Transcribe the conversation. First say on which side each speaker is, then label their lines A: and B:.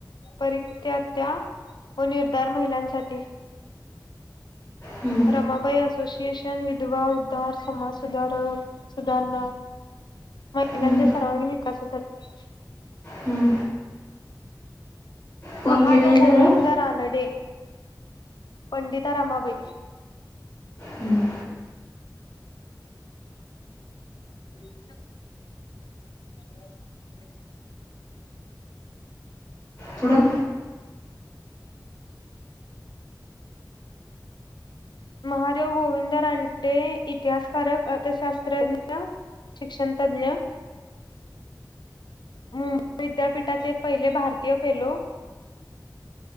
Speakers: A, on the left; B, on the left.
A: परित त्या व निर्धार महिलांसाठी,
B: हम्म,
A: रमाबाई असोसिएशन विधवा उद्धार समाज सुधारक, सुधारणा महिलांच्या
B: हम्म,
A: सर्वांगीण विकासासाठी <inaudible>
B: हम्म. कोण
A: महादेव
B: केलं हे
A: गोविंद
B: सगळं
A: रानडे पंडिता रामाबाई
B: हम्म.
A: <inaudible> <inaudible>
B: पुढं
A: महादेव गोविंद रांनडे इतिहासकारक अर्थशास्त्रज्ञ शिक्षणतज्ञ, मुंबई विद्यापीठाचे पहिले भारतीय फेलो